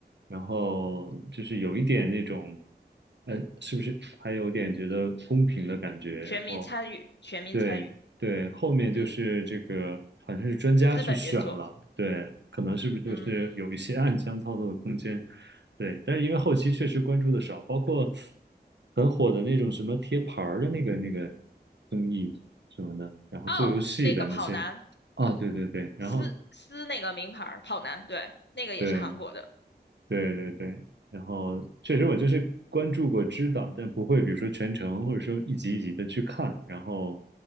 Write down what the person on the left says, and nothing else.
全民参与，
全民参与，
嗯。
资本运作。
嗯，
哦，那个跑男，
撕撕那个名牌儿跑男，对，那个也是韩国的。